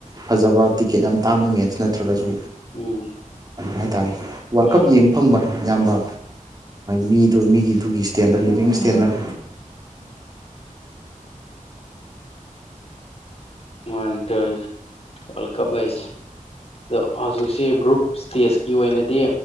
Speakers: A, on the right; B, on the left.
A: ꯐꯖꯕ ꯇꯤꯛꯀꯦꯠ ꯌꯥꯝ ꯇꯥꯡꯕ ꯃꯦꯠꯁ ꯅꯠꯇ꯭ꯔꯒꯁꯨ
B: ꯎꯝ
A: ꯍꯥꯏꯇꯥꯔꯦ ꯋꯥꯔꯜ
B: ꯎꯝ
A: ꯀꯞ ꯌꯦꯡꯕ ꯐꯪꯕ ꯏꯌꯥꯝꯕ ꯃꯤꯗꯨ ꯃꯤꯒꯤꯗꯨꯒꯤ ꯏꯁꯇꯦꯟꯗꯔꯠ
B: ꯍ
A: ꯂꯤꯕꯤꯡ ꯏꯁꯇꯦꯟꯗꯔꯠ
B: ꯆ ꯋꯥꯇ ꯋꯥꯔ ꯀꯞ ꯁ ꯑꯗꯣ ꯍꯧꯖꯤꯛꯁꯤ ꯒ꯭ꯔꯨꯞ ꯁ꯭ꯇꯦꯖꯀꯤ ꯑꯣꯏꯅꯗꯤ